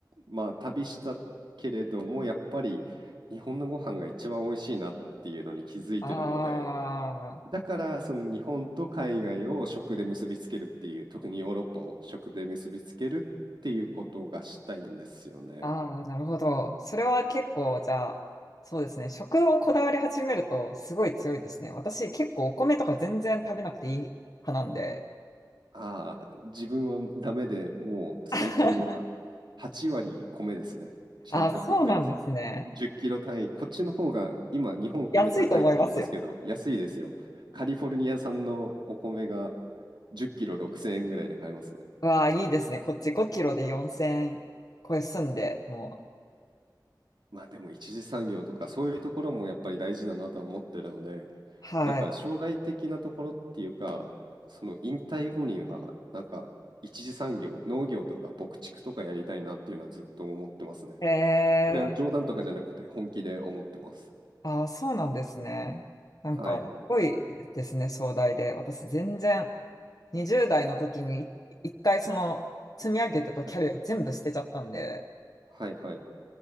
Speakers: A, on the right; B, on the left.
A: まあ、旅したけれども、やっぱり日本のご飯が一番美味しいなっていうのに気づいてるので、
B: ああ、
A: だからその日本と海外を食で結びつけるっていう特にヨーロッパを食で結びつけるっていうことがしたいんですよね。
B: ああ、なるほど。それは結構、じゃあ、そうですね。食をこだわり始めるとすごい強いですね。私結構お米とか全然食べなくていい派なんで。
A: ああ自分はダメでもう最近は
B: <laughs>
A: 8割米ですね。ちゃんと食ってます。
B: ああ、そうなんですね。
A: 10キロ単位こっちの方が今日本米高いって言いますけど安いですよ。
B: 安いと思いますよ。
A: カリフォルニア産のお米が10キロ6000円ぐらいで買えますね。
B: わあ、いいですね。こっち5キロで4000超え住んで、もう。
A: まあでも一次産業とかそういうところもやっぱり大事だなとは思ってるので、
B: はい。
A: だから将来的なところっていうか、その引退後にはなんか一次産業、農業とか牧畜とかやりたいなっていうのはずっと思ってますね。
B: え
A: これは冗談とかじゃなくて本気で思ってます。
B: ー、あー、そうなんですね。なんか、
A: はい。
B: すごいですね、壮大で。私、全然、20代の時に、一回その、積み上げてたキャリアを全部捨てちゃったんで、
A: はい。はいはい。